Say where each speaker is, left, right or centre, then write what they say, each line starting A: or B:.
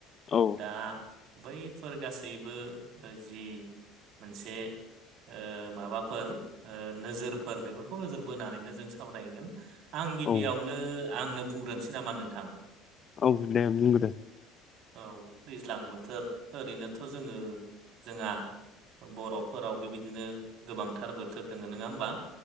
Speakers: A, on the left; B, on the right.
A: औ
B: दा बैफोर गासैबो जि मोनसे ओ माबाफोर नोजोरफोर बेफोरखौ नोजोर बोनानैनो जों स सावरायगोन आं गिबियावनो
A: औ
B: आंनो बुंग्रोनोसै नामा नोंथां।
A: औ दे बुंग्रो
B: औ दैज्लां बोथोर ओरैनोथ' जोङो जोंङा बर'फोराव बेबायदिनो गोबांथार बोथोर दोङो नोङा होमबा?